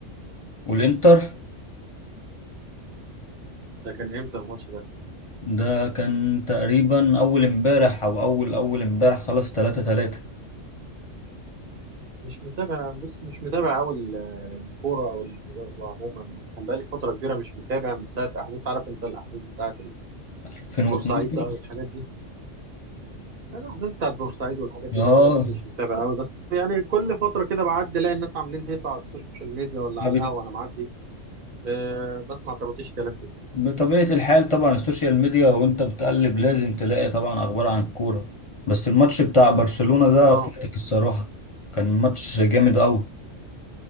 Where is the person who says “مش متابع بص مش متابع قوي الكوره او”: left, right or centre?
Right